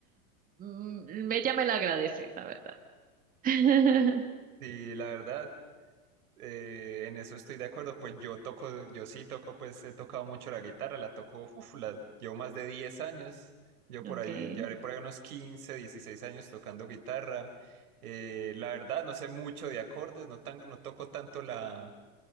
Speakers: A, on the right; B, on the right.
A: mm, ella me la agradece, la verdad. <laughs>
B: Sí, la verdad, eh, en eso estoy de acuerdo. Pues yo toco, yo sí toco, pues he tocado mucho la guitarra, la toco, uf, la llevo más de 10 años. Yo por
A: Okay,
B: ahí, llevaré por ahí unos 15, 16 años tocando guitarra. Eh, la verdad, no sé mucho de acordes, no tan, no toco tanto la,